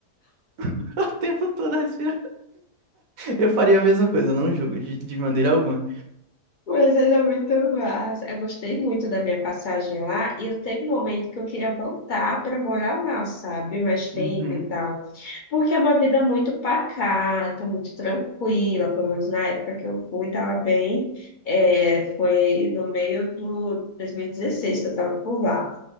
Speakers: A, on the right; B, on the left.
A: <laughs> O tempo todo respirando. Eu faria a mesma coisa, eu não julgo de, de maneira alguma.
B: Mas era muito massa. Eu gostei muito da minha passagem lá. E eu teve um momento que eu queria voltar para morar lá, sabe? Mais tempo
A: Uhum,
B: e tal. Porque é uma vida muito pacata, muito tranquila. Pelo menos na época que eu fui, estava bem. É, foi no meio do 2016 que eu estava por lá.